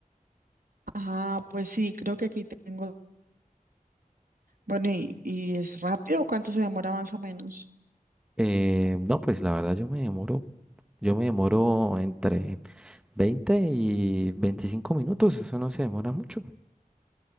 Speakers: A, on the right (about 70°); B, in the centre.
A: Ah, pues sí, creo que aquí tengo. Bueno, ¿y, y es rápido? ¿Cuánto se demora más o menos?
B: Eh, no, pues la verdad yo me demoro, yo me demoro entre 20 y 25 minutos, eso no se demora mucho.